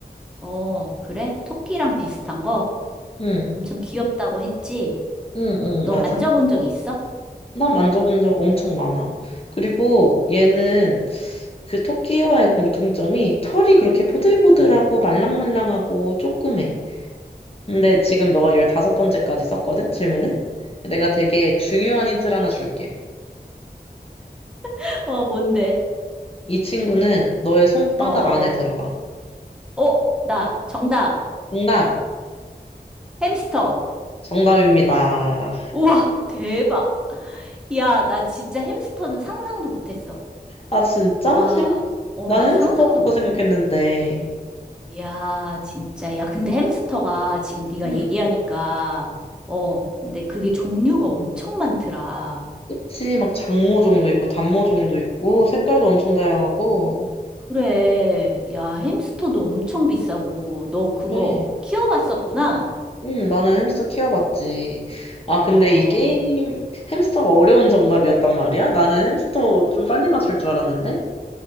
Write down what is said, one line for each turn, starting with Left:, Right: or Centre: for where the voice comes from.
Centre: 어, 그래? 토끼랑 비슷한 거?
Left: 응,
Centre: 엄청 귀엽다고 했지?
Left: 응,
Centre: 너
Left: 응, 맞아.
Centre: 만져본 적 있어?
Left: 나 만져본 적 엄청 많아. 그리고 얘는 그 토끼와의 공통점이 털이 그렇게 보들보들하고 말랑말랑하고 쪼그매. 근데 지금 너가 열다섯 번째까지 썼거든, 질문을? 내가 되게 중요한 힌트를 하나 줄게.
Centre: <laughs> 어, 뭔데?
Left: 이 친구는 너의 손바닥
Centre: 어, 어.
Left: 안에 들어와.
Centre: 어, 나 정답.
Left: 정답,
Centre: 햄스터.
Left: 정답입니다.
Centre: 우와, 대박. 야, 나 진짜 햄스터는 상상도 못했어.
Left: 아, 진짜?
Centre: 와,
Left: 햄-
Centre: 어,
Left: 난
Centre: 나
Left: 햄스터부터
Centre: 상상도 못했어.
Left: 생각했는데.
Centre: 이야, 진짜. 야, 근데 햄스터가 지금 네가
Left: 응.
Centre: 얘기하니까, 어, 근데 그게 종류가 엄청 많더라.
Left: 그치, 막 장모종도 있고, 단모종도 있고, 색깔도 엄청 다양하고.
Centre: 그래. 야, 햄스터도 엄청 비싸고, 너 그거
Left: 그래.
Centre: 키워봤었구나?
Left: 응, 나는 햄스터 키워봤지. 아, 근데
Centre: 어,
Left: 이 게임, 햄스터가 어려운 정답이었단 말이야? 나는 햄스터 좀 빨리 맞출 줄 알았는데?